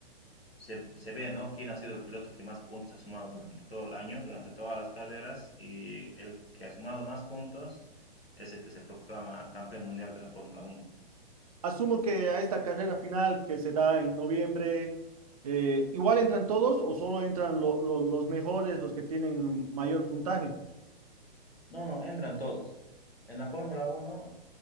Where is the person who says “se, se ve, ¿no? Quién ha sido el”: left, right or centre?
Left